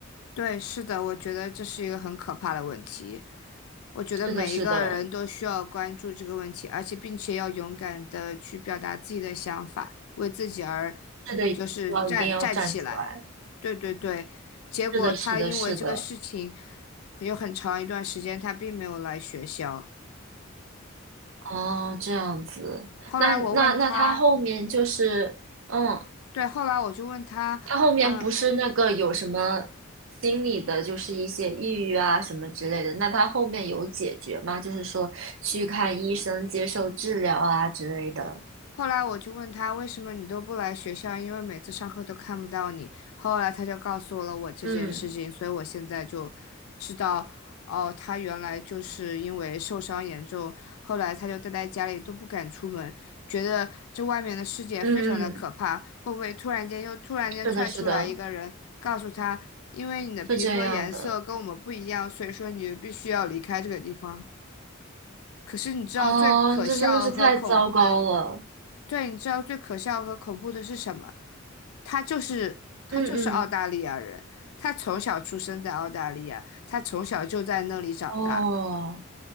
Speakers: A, on the left; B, on the right.
A: 对，是的，我觉得这是一个很可怕的问题。我觉得每一个人都需要关注这个问题，
B: 是的，是的，
A: 而且并且要勇敢的去表达自己的想法，为自己而
B: 是的，一定要一定要站出来。
A: 就是站站起来。对对对，结果他因为这个事情
B: 是的，是的，是的。
A: 有很长一段时间他并没有来学校。
B: 哦，这样子，
A: 后来我问他，
B: 那那那他后面就是，嗯，
A: 对，后来我就问他，
B: 他后面不是那个有什么
A: 嗯。
B: 心理的，就是一些抑郁啊什么之类的，那他后面有解决吗？就是说去看医生、接受治疗啊之类的。
A: 后来我就问他为什么你都不来学校，因为每次上课都看不到你。后来他就告诉我了我这件事情，
B: 嗯
A: 所以我现在就知道，哦，他原来就是因为受伤严重，后来他就待在家里都不敢出门，觉得这外面的世界非常的可怕。
B: 嗯嗯，
A: 会不会突然间又突然间窜出来一个人，
B: 是的，是的，
A: 告诉他，因为你的皮肤颜色跟我们不一样，
B: 是这样的。
A: 所以说你必须要离开这个地方。可是你知道最可笑和恐怖的。
B: 哦，这真的是太糟糕了。
A: 对，你知道最可笑和恐怖的是什么？他就是他就是澳大利亚人，
B: 嗯嗯，
A: 他从小出生在澳大利亚，他从小就在那里长大。
B: 哦，